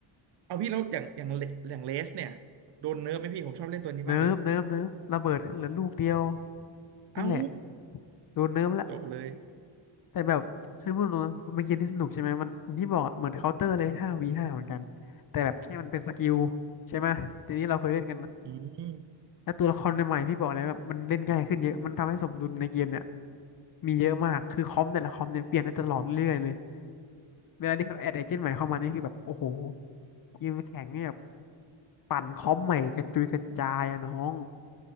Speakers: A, on the right; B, on the left.
A: เอาพี่แล้วอย่างอย่างเลอย่างเลสเนี่ยโดนเนิร์ฟไหมพี่ผมชอบเล่นตัวนี้มากเลย
B: เนิร์ฟเนิร์ฟเนิร์ฟระเบิดขึ้นเหลือลูกเดียว
A: เอ้า
B: นั่นแหละโดนเนิร์ฟละ
A: จบเลย
B: แต่แบบคือพูดตรงนะมันเป็นเกมที่สนุกใช่ไหมมันอย่างที่บอกอะเหมือนเคาน์เตอร์เลยห้าวีห้าเหมือนกันแต่แบบแค่มันเป็นสกิลใช่ไหมทีนี้เราเคยเล่นกันนะ
A: อืม
B: แล้วตัวละครใหม่ๆพี่บอกเลยแบบมันเล่นง่ายขึ้นเยอะมันทำให้สมดุลในเกมเนี่ยมีเยอะมากคือคอมแต่ละคอมเนี่ยเปลี่ยนได้ตลอดเรื่อยเลยเวลาที่เขาแอดเอเจนต์ใหม่เข้ามานี่คือแบบโอ้โหยกมแข่งเนี่ยปั่นคอมใหม่กระจุยกระจายอะน้อง